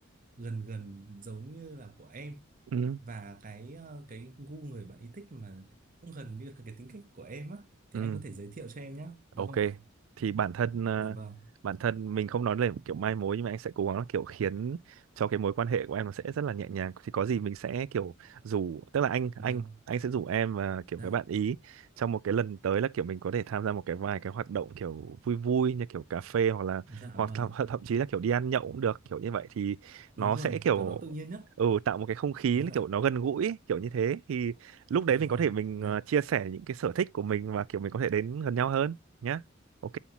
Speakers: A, on the right (about 40°); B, on the right (about 80°).
A: gần gần giống như là của em
B: Ừ.
A: và cái ờ, cái gu người bạn ý thích mà cũng gần như là cái tính cách của em á thì
B: Ừ.
A: anh có thể giới thiệu cho em nhé được
B: Ok,
A: không ạ
B: thì bản thân ờ,
A: dạ vâng
B: bản thân mình không nói là kiểu mai mối nhưng mà anh sẽ cố gắng là kiểu khiến cho cái mối quan hệ của em nó sẽ rất là nhẹ nhàng. Thì có gì mình sẽ kiểu rủ, tức là anh
A: đúng
B: anh
A: rồi
B: anh sẽ rủ em và kiểu
A: dạ
B: các bạn ý trong một cái lần tới là kiểu mình có thể tham gia một cái vài cái hoạt động kiểu vui vui như kiểu cà phê hoặc là
A: dạ
B: hoặc
A: vâng
B: thậm, thậm chí là kiểu đi ăn nhậu cũng được kiểu như vậy thì nó
A: đúng rồi
B: sẽ kiểu
A: kiểu nó tự nhiên nhất
B: ừ tạo một cái không khí
A: đúng
B: nó
A: rồi
B: kiểu
A: ạ.
B: nó gần gũi ấy, kiểu như thế thì lúc đấy
A: dạ
B: mình
A: vâng
B: có thể mình
A: dạ
B: ờ, chia sẻ những cái sở thích của mình và kiểu mình có thể đến gần nhau hơn nhá ok